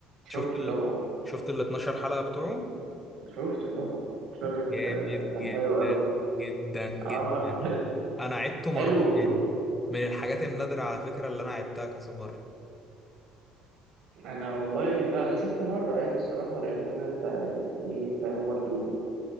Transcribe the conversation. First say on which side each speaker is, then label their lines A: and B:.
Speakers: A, on the right; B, on the left.
A: شفته
B: شفت ال...
A: طبعا
B: شفت ال 12 حلقة بتوعه
A: شفته طبعا شيرلوك
B: جامد
A: آه، كان
B: جدا
A: حلو قوي
B: جدا جدا
A: اه حلو
B: انا عدته
A: حلو
B: مرتين
A: اه
B: من الحاجات النادرة على فكرة اللي انا عدتها كذا مرة
A: انا والله لا انا شفته مرة يعني الصراحة لان انا انت يعني ايه فاهم برضو